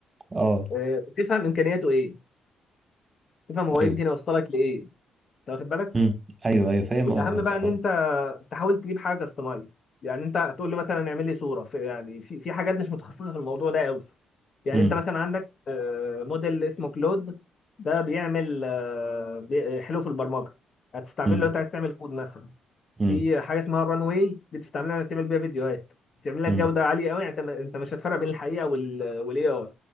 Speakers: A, on the right (about 25°); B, on the left (about 45°).
A: اه
B: آه، تفهم امكانياته ايه تفهم هو
A: ايوه
B: يمكن يوصلك لايه انت واخد بالك
A: امم ايوه ايوه فاهم
B: والاهم
A: قصدك
B: بقى
A: اه
B: ان انت تحاول تجيب حاجه كاستمايز يعني انت هتقول له مثلا اعمل لي صوره في يعني في في حاجات مش متخصصه في الموضوع ده قوي يعني
A: امم
B: انت مثلا عندك آه، موديل اسمه كلود ده بيعمل آه، بي- حلو في البرمجه هتستعمله
A: امم
B: لو انت عايز تعمل كود مثلا
A: امم
B: في حاجه اسمها الران واي دي بتستعملها انك تعمل بيها فيديوهات بتعمل لك
A: امم
B: جوده عاليه قوي يعني انت انت مش هتفرق بين الحقيقه وال والاي اي